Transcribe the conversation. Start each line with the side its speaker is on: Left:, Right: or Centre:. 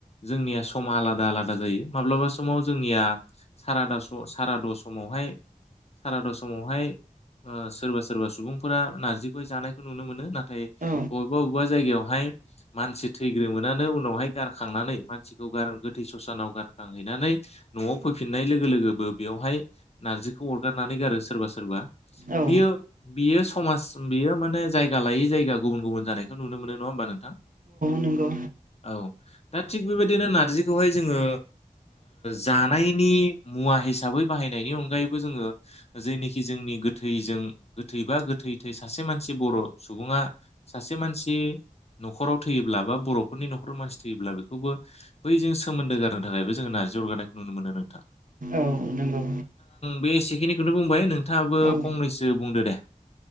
Left: जोंनिया समा आलादा आलादा जायो माब्लाबा समाव जोंनिया साराद साराद' समावहाय। साराद समावहाय सोरबा सोरबा सुबुंफोरा नारजि जानायखौ नुनो मोनो नाथाय
Right: औ
Left: बबेबा बबेबा जायगायावहाय। मानसि थैग्रोमोनानो उनावहाय गारखांनानै मानसिखौ गोथै ससानाव गारखांहैनानै न'आव फैफिननाय लोगो लोगोबो बेयावहाय नारजिखौ अरगारनानै गारो सोरबा सोरबा
Right: औ
Left: बियो बियो समाज बेयो मान जाया लायै जायगा गुबुन गुबुन जानायखौुनो मोन नङा होमबा नों
Right: नंगौ
Left: औ। दा थिग बेबायदिनो नारजिखौहाय जोङो जानायनि मुवा हिसाबै बाहाय थैनायनि अनगायैबो जोंङो जेनिखि जोंनि गोथैजों गोथै बा गोथै थै सासे मानसि बर' सुबुङा सासे मानसि। न'खराव थैयोब्ला बा बर'फोरनि न'खराव मानसि थैयोब्ला बेखौबो बैजों सोमोन्दो गारनो थाखायबो जों न' जौगानायखौ नुनो मोनो नोंथां
Right: औ नंगौ।
Left: बेसेखिनिखौनो बुंबाय नोंथाङाबो
Right: औ औ
Left: फंनैसो बुंदो दे